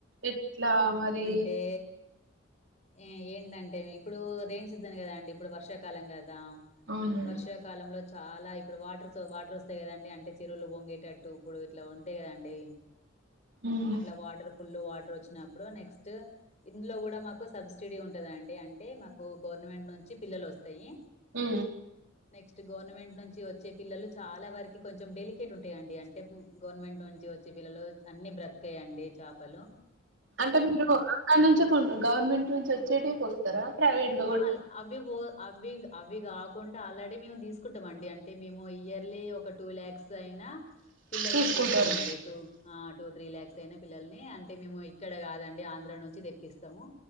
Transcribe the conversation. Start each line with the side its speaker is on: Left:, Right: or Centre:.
Right: ఎట్లా మరి
Left: అంటే ఏ ఏంటంటే ఇప్పుడు రైన్ సీజన్ గదా అండి ఇప్పుడు వర్షాకాలం గదా
Right: అవును మేడం
Left: వర్షా కాలంలో చాలా ఇప్పుడు వాటర్ వాటర్ వస్తయి గదండి అంటే చిరువులు పొంగేటట్టు ఇప్పుడు ఇట్లా ఉంటయి గదండి
Right: ఉమ్
Left: అట్లా వాటర్ ఫుల్ వాటర్ వచ్చిప్పుడు నెస్ట్ ఇన్లో గూడా సబ్స్టిడీ ఉంటదండి అంటే మాకు గవర్నమెంట్ నుంచి పిల్లలు వస్తయి
Right: ఉ
Left: నెక్స్ట్ గవర్నమెంట్ నుంచి వచ్చే పిల్లలు చాలా వరకి కొంచెం డెలికేట్ ఉంటయండి అంటే గవర్నమెంట్ నుంచి వచ్చి పిల్లలు అన్ని బ్రతకయండి చాపలు
Right: అంటే మీరు అక్కడ నుంచే గవర్నమెంట్ నుంచి వచ్చేటివి కోస్తారా ప్రైవేట్గా
Left: ఆహా అవి పో అవి అవి గాకుండా ఆల్రెడీ మేము దీసుకుంటమండి అంటే మేము ఇయర్లీ ఒక టూ ల్యాక్స్ అయినా పిల్లలను
Right: తీసుకుంటారు
Left: బోస్తాం అండి ఇటు ఆ టూ త్రీ ల్యాక్స్ అయిన పిల్లల్ని అంటే మేము ఇక్కడ గాదండి ఆంధ్ర నుంచి దెప్పిస్తము